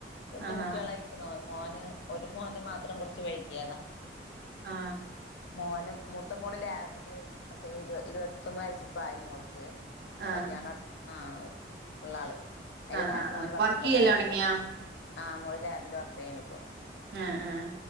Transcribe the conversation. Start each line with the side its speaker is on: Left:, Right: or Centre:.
Left: വല്ല്യ
Right: ആഹാ
Left: കുട്ടികളായിക്കണോ മോന് ഒരു മോന് മാത്രം കുറച്ച് വൈ കിയതാ
Right: ആ
Left: മോനും മൂത്ത മോൾ ലാബില് ഒക്കെ ഇരു ഇരുപത്തൊന്ന് വയസ്സിപ്പോ ആയി മോൾക്ക്
Right: ആഹ്
Left: കല്യാണ അടുത്ത ആഹ ഉള്ളാള് അതിന്റെ
Right: ആഹ്
Left: താഴെ
Right: ആഹ്
Left: മോന്
Right: ആഹ്
Left: പത്തൊമ്പത്
Right: വർക്ക് ചെയ്യല്
Left: വയസ്സ്
Right: തൊടങ്ങിയോ
Left: ആ മോള ലാബില് വർക്ക് ചെയ്യണ്ടിപ്പോ
Right: ഏഹ് ഏഹ്